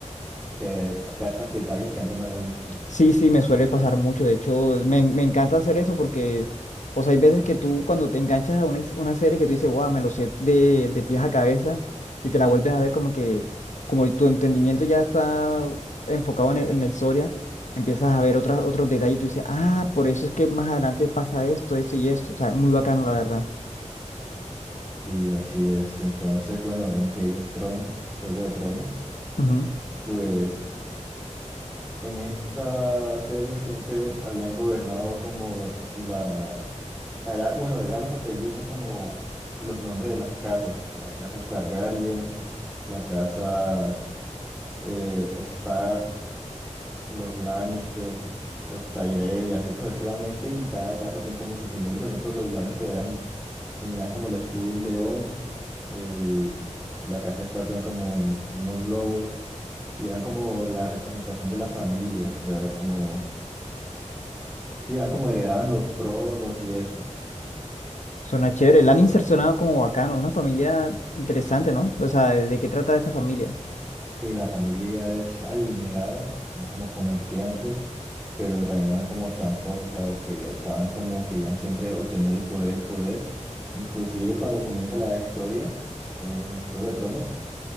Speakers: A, in the centre; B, on the left.
A: te captas detalles que antes no habías visto.
B: sí, sí, me suele pasar mucho. De hecho, me, me encanta hacer eso porque, o sea, hay veces que tú cuando te enganchas a una, his- una serie que tú dices, wow, me lo sé de, de pies a cabeza y te la vuelves a ver como que, como tu entendimiento ya está enfocado en, el- en la historia, empiezas a ver otras, otros detalles y tú dices, ah, por eso es que más adelante pasa esto, esto y esto. O sea, muy bacano, la verdad.
A: Y así es. Entonces, bueno, en Game of Thrones, Juego de Tronos,
B: Ujú.
A: pues en esta serie siempre habían gobernado como la Allá, bueno, de allá los apellidos son como los nombres de las casas. La casa Targaryen, la casa eh, Stark, los Lannister, los Tyrell y así sucesivamente. Y cada casa tiene como su simbolismo. Por ejemplo, los Lannister eran, tenían como el escudo de un león. el- la casa Stark tenía como un- unos lobos. Y eran como la representación de la familia. O sea, como... Sí, eran como heredaban los tronos y eso.
B: Suena chévere. La han insercionado como bacano. Una familia interesante, ¿no? O sea, ¿de de qué trata esa familia?
A: Sí, la familia es adinerada, son como comerciantes, pero también eran como tramposos, o sea, que estaban como querían siempre obtener el poder, el poder. Inclusive cuando comienza la historia en Juego de Tronos,